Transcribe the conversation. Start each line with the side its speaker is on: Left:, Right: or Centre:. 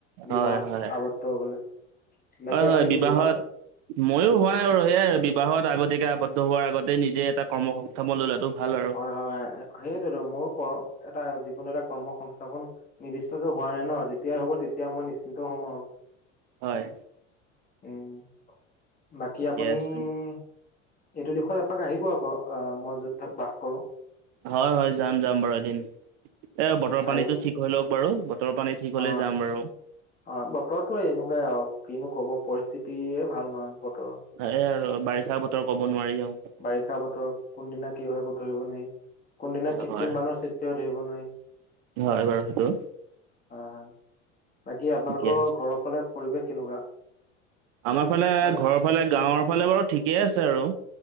Left: বিবাহত
Right: হয় হয়
Left: আৱদ্ধ হবলে বাকী
Right: হয়
Left: আপুনি
Right: হয় বিবাহত
Left: কি বিবাহ
Right: ময়ো হোৱা নাই বাৰু এই বিবাহত আগতকে আৱদ্ধ হোৱাৰ আগতেই নিজে এটা কৰ্ম হোক সংস্থাপন লৈ লোৱাতো ভাল আৰু
Left: হয় হয় সেইটোতো মোৰ কওঁ এটা যিকোনো এটা কৰ্ম সংস্থাপন। নিৰ্দিষ্টকে হোৱা নাই ন যেতিয়াই হ'ব তেতিয়া মই নিশ্চিন্ত হ'ম আৰু
Right: হয়।
Left: এনে, উম বাকী
Right: ঠিকে
Left: আপুনি
Right: আছে
Left: ই ই ই ই। এইটো দিশত এপাক আহিব আকৌ আ আ মই য'ত থাক বাস কৰো।
Right: হয় হয়, যাম যাম বাৰু এদিন এ বতৰ
Left: আহিব
Right: পানীটো ঠিক হৈ লওক বাৰু বতৰ পানীত ঠিহ'লে
Left: অ
Right: যাম বাৰু।
Left: অ বতৰতো এনেকুৱাই আও কিনো কব পৰিস্থিতিয়ে ভাল নহয় বতৰৰ
Right: সেয় আৰু বাৰিষা বতৰ কব নোৱাৰি আও।
Left: বাৰিষা বতৰ কোনদিনা কি হয় একো ধৰিব নোৱাৰি, কোনদিনা কৃত্ৰিম
Right: হয় হয়
Left: বানৰ সৃষ্টি হয় ধৰিব নোৱাৰি।
Right: হয় বাৰু সেইটো।
Left: হয় হয়। বাকী আপোনালোকৰ
Right: ঠিকে আছে
Left: ঘৰৰ ফালে পৰিৱেশ কেনেকুৱা?
Right: আমাৰ ফালে ঘৰৰ
Left: মানে
Right: ফালে, গাঁওৰ ফালে বাৰু ঠিকেই আছে আৰু।